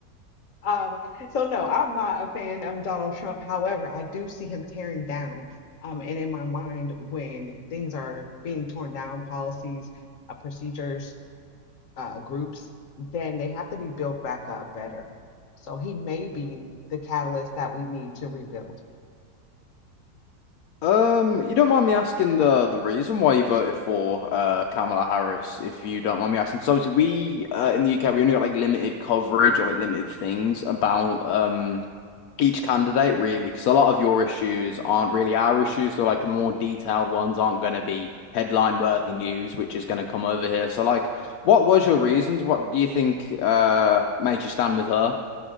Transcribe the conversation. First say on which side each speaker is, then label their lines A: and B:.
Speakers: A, on the left; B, on the left.
A: Um, so no, I'm not a fan of Donald Trump. However, I do see him tearing down. Um, and in my mind, when things are being torn down, policies, uh, procedures, uh, groups, then they have to be built back up better. So he may be the catalyst that we need to rebuild.
B: Um, you don't mind me asking the the reason why you voted for uh Kamala Harris, if you don't mind me asking, because obviously we uh, in the UK we only got like limited coverage or like limited things about um each candidate really because a lot of your issues aren't really our issues so like the more detailed ones aren't going to be headline worthy news which is going to come over here so like what was your reasons what do you think uh made you stand with her